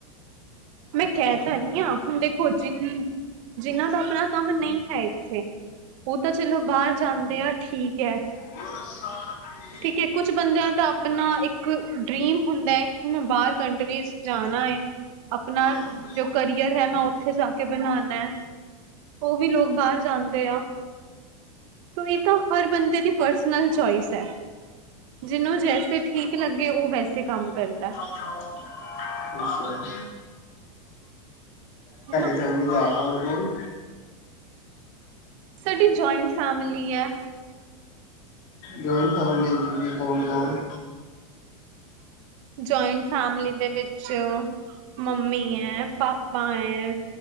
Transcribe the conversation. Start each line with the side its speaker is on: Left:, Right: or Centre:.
Right: ਮੈਂ ਕਹਿ ਤਾਂ ਰਹੀ ਹਾਂ ਹੁਣ ਦੇਖੋ ਜਿ ਜਿੰਨਾਂ ਦਾ ਆਪਣਾ ਕੰਮ ਨਹੀਂ ਹੈ ਇੱਥੇ ਉਹ ਤਾਂ ਚਲੋ ਬਾਹਰ ਜਾਂਦੇ ਆ ਠੀਕ ਹੈ
Left: <inaudible>
Right: ਠੀਕ ਏ ਕੁੱਛ ਬੰਦਿਆਂ ਦਾ ਆਪਣਾ ਇੱਕ ਇੱਕ ਡ੍ਰਰੀਮ ਹੁੰਦਾ ਹੈ ਕਿ ਮੈਂ ਬਾਹਰ ਕੰਟਰੀਜ਼ ਜਾਣਾ ਹੈ ਆਪਣਾ
Left: ਹਮ।
Right: ਜੋ ਕਰੀਅਰ ਹੈ ਮੈਂ ਉੱਥੇ ਜਾ ਕੇ ਬਣਾਉਾਨ ਹੈ ਉਹ ਵੀ ਲੋਕ ਬਾਹਰ ਜਾਂਦੇ ਆ ਤੇ ਇਹ ਤਾਂ, ਹਰ ਬੰਦੇ ਦੀ ਪਰਸਨਲ ਚੋਇਸ ਹੈ। ਜਿਹਨੂੰ ਜੈਸੇ ਠੀਕ ਲੱਗੇ ਉਹ ਵੈਸੇ ਕੰਮ ਕਰਦਾ।
Left: ਅੱਛਾ ਤੁਹਾਡੀ
Right: ਹਨਾ।
Left: ਫੈਮਲੀ। ਗਿਆ ਕੌਣ ਕੌਣ
Right: ਸਾਡੀ ਜਆਇੰਟ ਫੈਮਿਲੀ ਹੈ।
Left: ਜਇੰਟ ਫੈਮਲੀ ਚ ਵੀ ਕੌਣ ਕੌਣ।
Right: ਜੁਇੰਟ ਫੈਮਲੀ, ਦੇ ਵਿੱਚ ਮੰਮੀ ਹੈ ਪਾਪਾ ਹੈ,